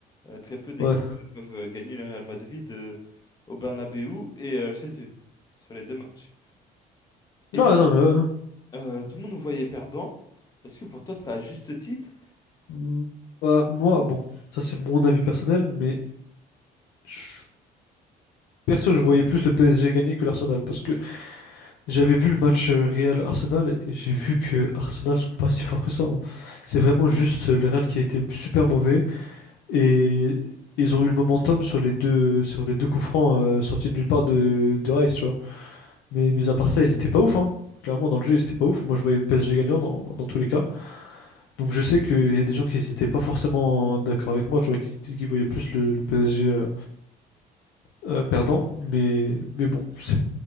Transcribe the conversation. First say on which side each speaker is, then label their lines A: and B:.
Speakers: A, on the left; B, on the left.
A: Euh, très peu d'équipes
B: ouais.
A: euh, peuvent euh, gagner le Real Madrid euh, au Bernabeu et euh, chez eux, sur les deux matchs. Et
B: Non,
A: du coup,
B: non, mais ouais.
A: euh, tout le monde nous voyait perdant. Est-ce que pour toi, c'est à juste titre?
B: Mm, Bah, moi, bon, ça c'est mon avis personnel, mais je- perso, je voyais plus le PSG gagner que l'Arsenal parce que j'avais vu le match euh, Real-Arsenal et j'ai vu que Arsenal sont pas si forts que ça. hein. C'est vraiment juste euh, le Real qui a été super mauvais et ils ont eu le momentum sur les deux, sur les deux coups francs euh, sortis de nulle part de, de Rice, tu vois. Mais mis à part ça, ils étaient pas ouf, hein. Clairement, dans le jeu, ils étaient pas ouf. Moi, je voyais le PSG gagnant dans, dans tous les cas. Donc je sais qu'il y a des gens qui n'étaient pas forcément d'accord avec moi, tu vois, qui, étaient- qui voyaient plus le, le PSG euh, euh, perdant, mais, mais bon, c'est